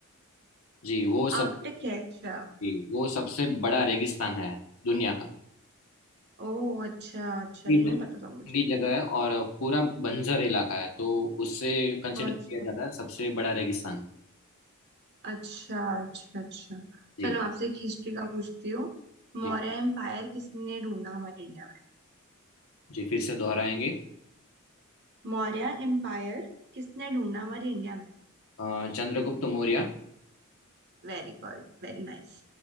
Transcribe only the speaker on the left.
जी वो सब
जी, वो सबसे बड़ा रेगिस्तान है दुनिया का
ठंडी
जगह
ठंडी
जगह है और पूरा बंजर इलाका है तो उससे कंसिडर
किया जाता है सबसे बड़ा रेगिस्तान
जी
जी
जी फिर से दोहराएंगे
अ, चंद्रगुप्त मौर्य